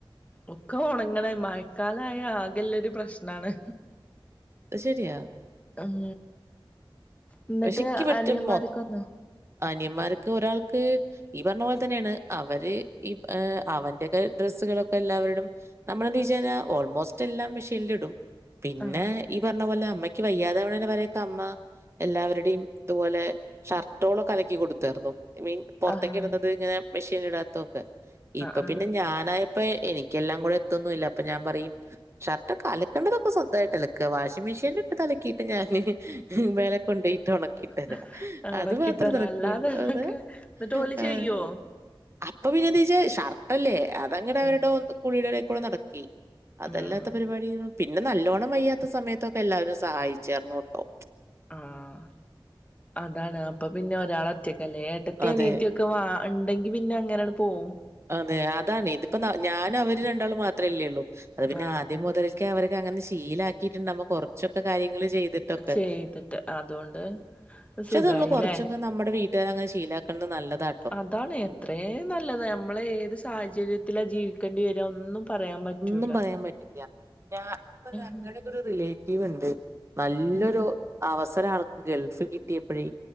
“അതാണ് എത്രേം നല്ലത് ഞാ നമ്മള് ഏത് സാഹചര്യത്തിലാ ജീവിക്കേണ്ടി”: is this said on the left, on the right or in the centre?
Left